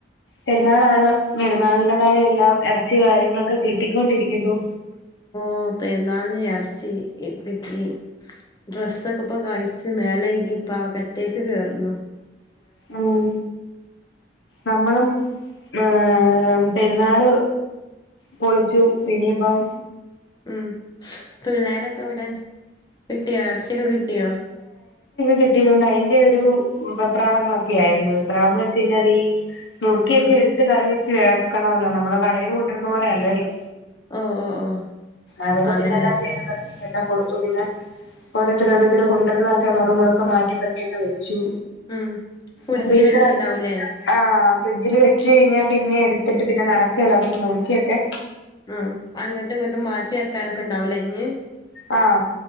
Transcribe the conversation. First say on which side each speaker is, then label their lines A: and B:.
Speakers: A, on the left; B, on the left.
A: പെരുന്നാളാണ് പെരുന്നാളിന്റെതായ എല്ലാം ഇറച്ചി കാര്യങ്ങളൊക്കെ കിട്ടിക്കൊണ്ടിരിക്കുന്നു
B: ഓ പെരുന്നാളിന് ഇറച്ചി വെക്കി ഡ്രസ്സൊക്കെ ഇപ്പൊക്കെ അഴിച്ച് മേലഴകി ഇപ്പ അ കത്തേക്ക് കേയറുന്നു
A: ഉം നമ്മളും ആ... പെരുന്നാള് പൊളിച്ചു ഇനിപ്പം
B: ഉം പിള്ളോരൊക്കെ ഇവിടെ കിട്ടിയോ ഇറച്ചിയക്കേ കിട്ടിയോ
A: കിട്ടിയതൊണ്ട് അതിന്റെ ഒരു വെപ്രാളങ്ങളൊക്കെ ആരുന്നു വെപ്രളന്ന് വെച്ച് കഴിഞ്ഞാല് ഈ നുക്കിയൊക്കെ
B: ഉം
A: എടുത്ത് കറി ചേർക്കണമല്ലോ നമ്മള് കടയിന്ന് കൊണ്ടിരുന്ന പോലെ അല്ലല്ലോ
B: ഓ ഓ ഓ
A: അതൊക്കെ
B: അതന്നെ
A: പിന്നെല്ലാം ചെയ്തും പെറുക്കി എല്ലാം കൊടുത്തു പിന്നെ ഓരോത്തരോത്തരു കൊണ്ടുരുന്നക്കെ അങ്ങൊടും ഇങ്ങൊടും മാറ്റി പെറുക്കിക്കെ വെ ച്ചു
B: ഉം ഫ്രിഡ്ജ്
A: അ ഫ്രീസറ്
B: വെച്ചിണ്ടാവൂലേ
A: ആ ഫ്രിഡ്ജിൽ വെച്ച് കഴിഞ്ഞാൽ പിന്നെ എടുത്തിട്ട് പിന്നെ നടക്കുകേല അതൊന്ന് നോക്കിയൊക്കെ
B: ആ അങ്ങോട്ടും ഇങ്ങോട്ടും മാറ്റി വെക്കാനൊക്കെ ഇണ്ടാവൂലേ ഇഞ്ഞ്
A: ആ